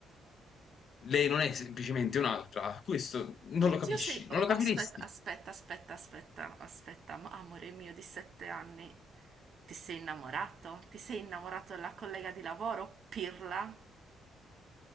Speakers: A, on the left (about 55°); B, on the right (about 55°).
A: lei non è semplicemente un'altra, questo non
B: Oddio,
A: lo capisci,
B: se... oh,
A: non lo capiresti.
B: aspetta, aspetta, aspetta, aspetta, aspetta, ma- amore mio di sette anni, ti sei innamorato? Ti sei innamorato della collega di lavoro, pirla?